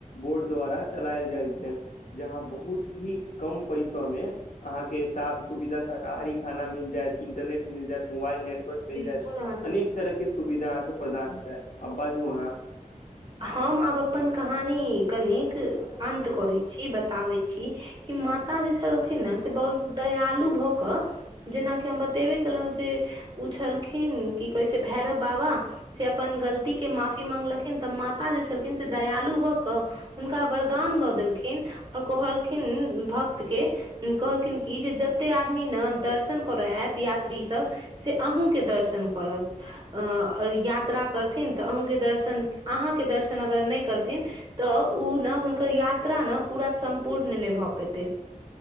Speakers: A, on the left (about 65°); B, on the right (about 35°).
A: बोर्ड द्वारा चलायल जाइ छै। जहाँ बहुत ही कम पैसा में। अहाँके साफ, सुविधा, शाकाहारी खाना मिल जाएत, इंटरनेट मिल जाएत, मोबाइल नेटवर्क। मिल
B: बिल्कुल
A: जायत,
B: अहाँ सही
A: अनेक तरह के सुविधा अहाँके प्रदान हो जायत, आब बाजू अहाँ।
B: हम आब अपन कहानी कनिक अन्त करैत छी, बताबैत छी। कि माता जे छलखिन ने से बहुत दयालु भऽ कऽ। जेनाकि हम बतेबे कयलहुँ जे ओ छलखिन, की कहैत छै भैरव बाबा। से अपन गलतीकेँ माफी मांगलखिन तऽ माता जे छलखिन से दयालु भऽ कऽ। हुनका वरदान दऽ देलखिन आओर कहलखिन भक्त के। कहलखिन कि जे जतेक आदमी ने दर्शन करय आयत यात्रीसभ। से अहूँके दर्शन करत अ यात्रा करथिन तऽ अहूँके दर्शन। अहाँके दर्शन अगर नहि करथिन तऽ ओ ने हुनकर यात्रा ने पूरा। सम्पूर्ण नहि भऽ पेते,